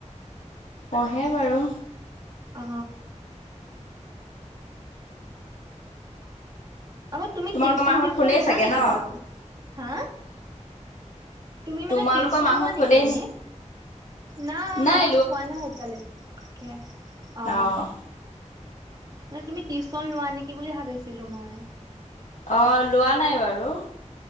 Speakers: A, on the left (about 75°); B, on the right (about 30°).
A: পঢ়ে বাৰু!
B: অ আকৌ, তুমি
A: তোমালোকৰ
B: টিউশ্যন-
A: মাহত
B: চিউশ্যন
A: শুলেই
B: লোৱা
A: চাগে
B: নেকি
A: ন?
B: বাৰু? হা! তুমি
A: তোমালোকৰ
B: মানে টিউশ্যন
A: মাহত
B: লোৱা নেকি
A: শুলেই
B: এনে? না,
A: নাই
B: মাঁহত শুৱা নাই, এতিয়ালৈকে! অ
A: অঁ'।
B: মানে তুমি টিউচন লোৱা নেকি বুলি ভাবিছিলো মই।
A: অ লোৱা নাই বাৰু।